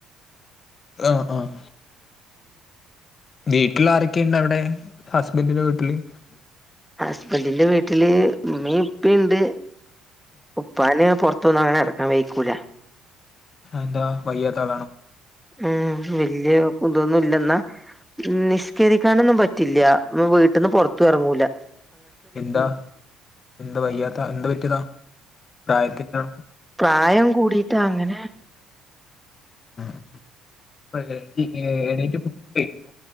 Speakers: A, on the left; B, in the centre.
A: ആഹ് ആഹ്. വീട്ടില് ആരെക്കെ ഇണ്ട് അവിടെ? ഹസ്ബന്റിന്റെ വീട്ടില്.
B: ഹസ്ബന്റിന്റെ വീട്ടില് ഉമ്മീ ഇപ്പീണ്ട്. ഉപ്പാന് പൊർ ത്തൊന്നു അങ്ങനെ എറങ്ങാൻ വെയ്ക്കൂല.
A: അഹ് എന്താ വയ്യാത്ത ആളാണോ?
B: ഉം വല്യ കുന്തോന്നും ഇല്ലെന്നാ. ഉം നിസ്കരിക്കാനൊന്നും പറ്റില്ല എന്ന വീട്ടിന്ന് പുറത്തു എറങ്ങൂല.
A: എന്താ എന്താ വയ്യാത്ത എന്ത്‌ പറ്റിയതാ? പ്രായത്തിന്റെണോ?
B: പ്രായം കൂടീട്ടങ്ങനെ
A: ഉം <unintelligible> <unintelligible> കഴിക്കൂല